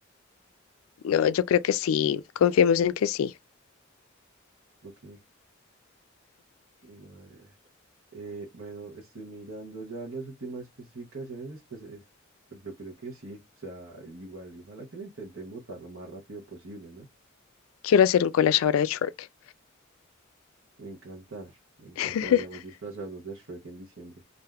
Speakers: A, on the left (about 80°); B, on the right (about 75°).
A: No, yo creo que sí. Confiemos en que sí.
B: ok. Bueno, a ver. Eh, bueno, estoy mirando ya las últimas especificaciones, pues, eh, pues yo creo que sí. O sea, igual, ojalá que lo intenten votar lo más rápido posible, ¿no?
A: Quiero hacer un collage ahora de Shrek.
B: Me encanta, me encanta.
A: <laughs>
B: Deberíamos disfrazarnos de Shrek en diciembre.